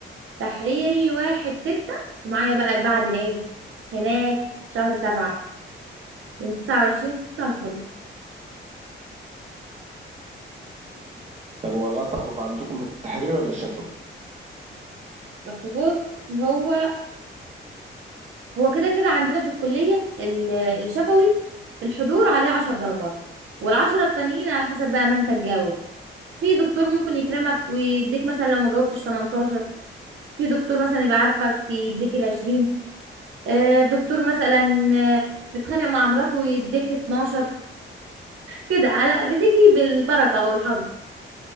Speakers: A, on the right (about 75°); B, on the right (about 35°).
A: تحريري واحد ستة ومعايا بقى بعد العيد هناك شهر سبعة يوم تسعة وعشرين ستة هخلص
B: طب هو الاصعب عندكم التحريري ولا الشفوي؟
A: بس بص هو هو كده كده عندنا في الكلية ال- الشفوي الحضور عليه عشر درجات والعشرة التانيين على حسب بقى ما انت تجاوب في دكتور ممكن يكرمك ويديك مثلا لو ما جاوبتش 18 في دكتور مثلا يبقى عارفك يديك العشرين آه، دكتور مثلا آه، متخانق مع مراته ويديك 12 كده على بتيجي بالبركة أو الحظ